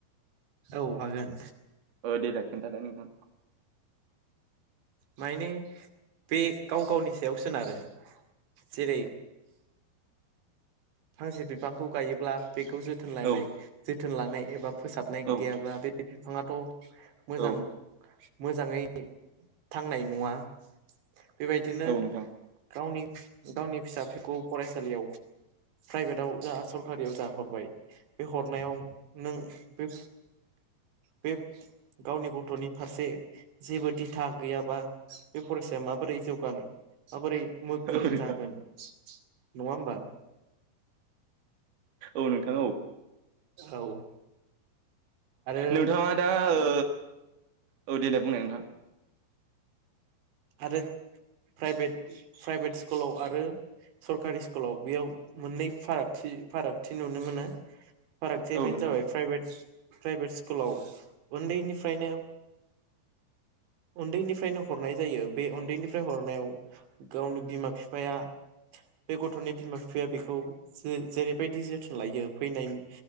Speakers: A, on the right; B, on the right.
A: औ हागोन
B: ओ देलाइ खोनथालाय नोंथां‌
A: माइने। बे गाव गावनि सायाव सोनारो। जेरै फांसे बिफांखौ गायोब्ला बेखौ जोथोन लानाय
B: औ
A: जोथोन लानाय एबा फोसाबनाय
B: औ
A: गैयाब्ला बे बिफाङाथ' मोजां
B: औ
A: मोजाङै थांनाय नङा। बेबायदिनो
B: औ नोंथां
A: गावनि- गावनि फिसािफोरखौ फरायसालियाव प्राइभेटआव जा सरकारियाव जा हरबाय बे हरनायाव नों बे बे गावनि गथ'नि फारसे जेबो दिथा गैयाबा बे फरायसाया माबोरै जौगानो माबोरै गोरों
B: औ नोंथां
A: जागोन नङा होमबा?
B: औ नोंथाङ औ
A: औ आरो
B: नोंथाङा दा ओ ओ देेनाय बुंनाय नोंथां।
A: आरो प्राइभेट प्राइभेट स्कुलाव आरो सरकारि स्कुलाव बेयाव मोननै फारागथि फारागथि नुनो मोनो। फारागथि
B: औ
A: बेानो
B: नोंथां
A: जाबाय प्राइभेट प्राइभेट स्कुलाव उन्दैनिफ्रायनो उन्दैनिफ्रायनो हरनाय जायो बे उन्दैनिफ्राय हरनायाव गावनि बिमा फिफाया बे गथ'नि बिमा बिफाया बेखौ जेरैबायदि जोथोन लायो फैनायनि